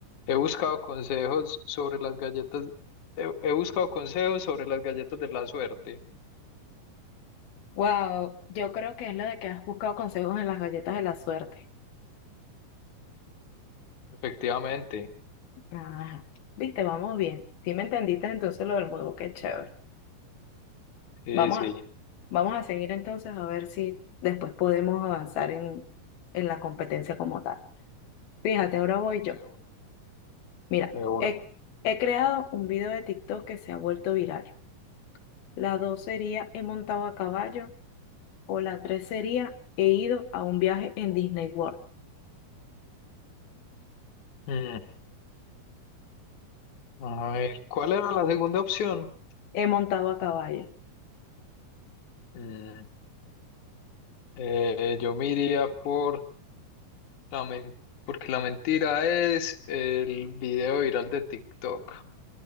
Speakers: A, on the left; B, on the left.
A: He buscado consejos sobre las galletas, he, he buscado consejos sobre las galletas de la suerte.
B: Wow, yo creo que es lo de que has buscado consejos en las galletas de la suerte.
A: Efectivamente.
B: Ajá. Viste, vamos bien. Si me entendiste entonces lo del juego, qué chévere.
A: Sí,
B: Vamos
A: sí.
B: a, vamos a seguir entonces a ver si después podemos avanzar en, en la competencia como tal. Fíjate, ahora voy yo.
A: De uno.
B: Mira,
A: De uno.
B: he, he creado un video de TikTok que se ha vuelto viral. La dos sería he montado a caballo o la tres sería he ido a un viaje en Disney World.
A: Mm, A ver, ¿cuál era la segunda opción?
B: He montado a caballo.
A: Mm, eh, yo me iría por La men- porque la mentira es el video viral de TikTok.